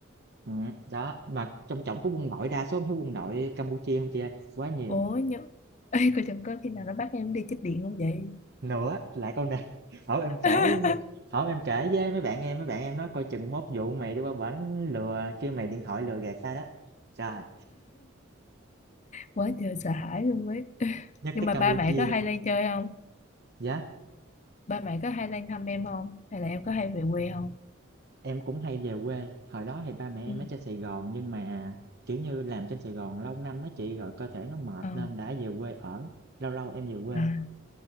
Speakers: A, on the right; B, on the left.
A: ừm, đó, mà trong trỏng của quân đội, đa số em thấy quân đội Campuchia không chị ơi, quá nhiều.
B: ối nhớ <laughs> Ê, cô chẳng có khi nào nó bắt em đi chích điện không vậy
A: Nữa lại câu này <laughs> hổm em kể
B: <laughs>
A: hổm em kể với mấy bạn em, mấy bạn em nói coi chừng mốt vụ mày đi qua bển lừa kêu mày điện thoại lừa gạt ta đó. Trời,
B: quá trời sợ hãi luôn ấy <laughs>
A: nhắc
B: nhưng
A: tới
B: mà
A: Campuchia,
B: ba mẹ có hay lên chơi không
A: yeah.
B: ba mẹ có hay lên thăm em không hay là em có hay về quê không
A: Em cũng hay về quê, hồi đó thì ba mẹ em
B: ừ
A: ở trên Sài Gòn nhưng mà, kiểu như, làm trên Sài Gòn lâu năm á chị rồi cơ thể nó mệt
B: ờ
A: nên đã về quê ở, lâu lâu em về quê.
B: à